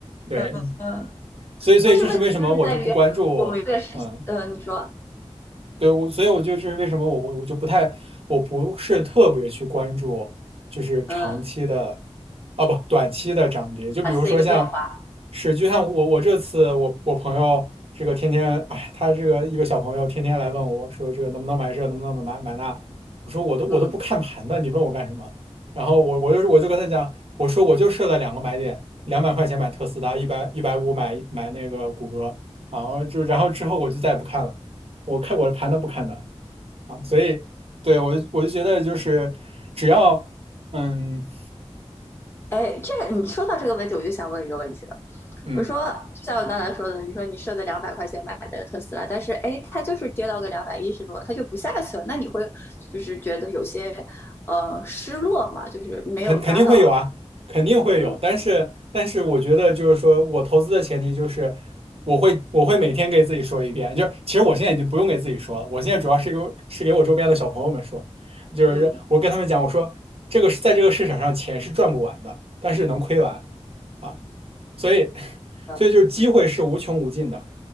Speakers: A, on the right; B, on the left.
A: 对
B: 嗯，嗯，
A: 所以所以这是为什么我就不关注嗯
B: 但是问题就是在于我们越是，呃，你说，
A: 对，我，所以我就是为什么我我我就不太，我不是特别去关注，就是长期的，
B: 嗯，
A: 啊不，短期的涨跌。就比如说像
B: 二次的一个变化，
A: 是，就像我我这次我我朋友这个天天，哎，他这个一个小朋友天天来问我说这个能不能买这，能不能买买那，我说我都我都不看盘的，
B: 嗯。
A: 你问我干什么？然后我我就我就跟他讲，我说我就设了两个买点，两百块钱买特斯拉，一百一百五买买那个谷歌。啊，就然后之后我就再也不看了。我看我的盘都不看的啊，所以对我就我就觉得就是只要嗯
B: 哎，这你说到这个问题，我就想问一个问题了。
A: 嗯
B: 我说，就像我刚才说的，你说你设的两百块钱买的特斯拉，但是哎，它就是跌到个两百一十多，它就不下去了。那你会就是觉得有些呃失落嘛？就是没有抓到，
A: 肯肯定会有啊，肯定会有，
B: 嗯
A: 但是但是我觉得就是说我投资的前提就是我会我会每天给自己说一遍，就是其实我现在已经不用给自己说了，我现在主要是给我是给我周边的小朋友们说，就是我跟他们讲，
B: 嗯，
A: 我说这个是在这个市场上钱是赚不完的，但是能亏完。啊。所以，
B: 呃
A: 所以就是机会是无穷无尽的